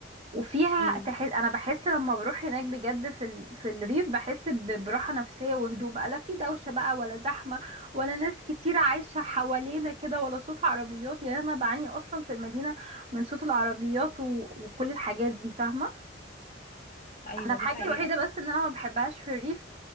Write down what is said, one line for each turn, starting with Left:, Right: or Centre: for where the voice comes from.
Right: وفيها
Left: امم
Right: تحس انا بحس لما بروح هناك بجد في ال... في الريف بحس ب- براحه نفسيه وهدوء بقى لا في دوشه بقى ولا زحمه ولا ناس كتير عايشه حوالينا كده ولا صوت عربيات يعني انا بعاني اصلا في المدينه من صوت العربيات و... وكل الحاجات دي فاهمه
Left: ايوه
Right: انا الحاجه
Left: دي حقيقة
Right: الوحيده بس ان انا ما بحبهاش في الريف